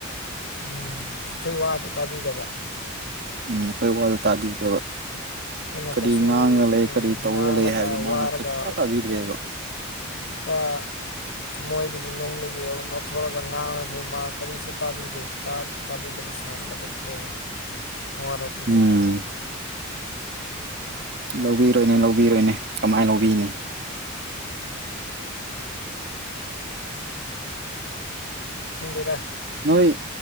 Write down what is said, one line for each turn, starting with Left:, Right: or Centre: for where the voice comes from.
Left: ꯎꯝ ꯑꯩꯈꯣꯏ ꯋꯥꯗꯣ ꯇꯥꯕꯤꯗꯕ꯫
Right: ꯎꯝ ꯑꯩꯈꯣꯏ ꯋꯥꯗꯣ ꯇꯥꯕꯤꯒꯦꯕ
Left: ꯑꯩꯈꯣꯏꯅ
Right: ꯀꯔꯤ
Left: ꯀꯩꯁꯨ
Right: ꯉꯥꯡꯉ ꯂꯩ ꯀꯔꯤ ꯇꯧꯔꯒ
Left: ꯉꯥꯡꯂꯒ
Right: ꯂꯩ ꯍꯥꯏꯕꯗꯨꯣ ꯃꯥꯅ
Left: ꯋꯥꯔꯒ
Right: ꯆꯞ ꯆꯥ ꯇꯥꯕꯤꯗ꯭ꯔꯦꯕ
Left: <unintelligible> ꯊꯃꯣꯏꯗꯒꯤ ꯅꯨꯡꯗꯒꯤ ꯅꯣꯊꯣꯛꯔꯒ ꯉꯥꯡꯉꯁꯨ ꯃꯥ ꯀꯔꯤꯁꯨ ꯇꯥꯕꯤꯗꯦ ꯇꯥꯕꯤꯗꯕ ꯁꯥꯔꯒ ꯑꯗꯨꯝ ꯇꯣꯛꯑꯦ ꯃꯔꯧꯕꯤꯗꯦꯕ
Right: ꯎꯝ
Left: ꯑꯗꯨ ꯑꯣꯏꯅꯤ
Right: ꯂꯧꯕꯤꯔꯣꯏꯅꯦ ꯂꯧꯕꯤꯔꯣꯏꯅꯦ ꯀꯃꯥꯏꯅ ꯂꯧꯕꯤꯅꯤ
Left: <unintelligible> ꯈꯪꯗꯦꯗ
Right: ꯅꯣꯏ